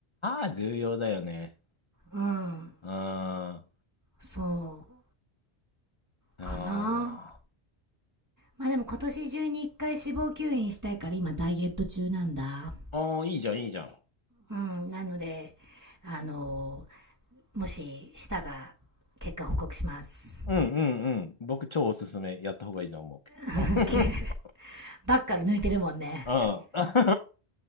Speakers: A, on the left; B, on the right.
A: 歯重要だよね。
B: う。うん。
A: あ
B: そう。
A: ーあ
B: かな。まあでも今年中に一回脂肪吸引したいから今ダイエット中なんだ。
A: ー。ああ、いいじゃん、いいじゃん。
B: うん。なので、あのもししたら結果報告します。
A: うんうんうん。僕、超おすすめ。やった方がいいと思う。
B: <laughs> オッケー。
A: <laughs>
B: ばっかり抜いてるもんね。
A: う